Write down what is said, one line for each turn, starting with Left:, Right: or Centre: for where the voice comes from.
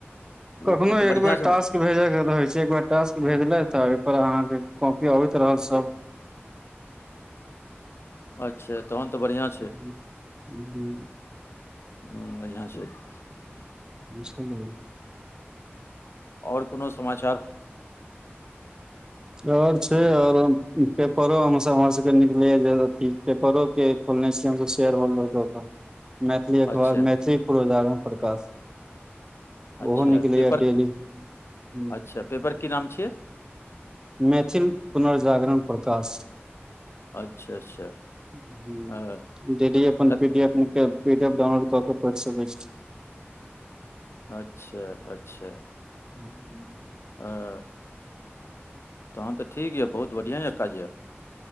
Right: कखनो
Left: ओ ओ तऽ
Right: एक
Left: बढ़िआँ
Right: बेर
Left: छै
Right: टास्क भेजै के रहै छै टास्क भेजले तऽ ओहिप अहाँके कॉपी अबैत रहल सब
Left: अच्छा तहन बढ़ियां
Right: ह हं
Left: ह्म बढ़िआँ छय
Right: छलइ
Left: ओर कोनो समाचार
Right: ओर छै आओर पेपरो हम हमर सभके निकलैए जे अथी पेपरोके खोलने छियै हमसब शेयर होल्डरऽ कऽ मैथिली अखबार
Left: अच्छा
Right: मैथिली पुर्वजागरण प्रकाश
Left: अच्छा
Right: ओहो निकल
Left: पेपर
Right: अ डेली ह
Left: अच्छा पेपर की नाम छियइ
Right: मैथिल पुनर्जागरण प्रकाश
Left: अच्छा अच्छा
Right: हूँ
Left: हँ
Right: डेली अपन
Left: कत
Right: पीडीएफ डाउनलोड कऽ के पढ़ि सकैत छी
Left: अच्छा अच्छा
Right: हूँ
Left: हं तहन तऽ ठीक यऽ बहुत बढ़िआँ यऽ काज यऽ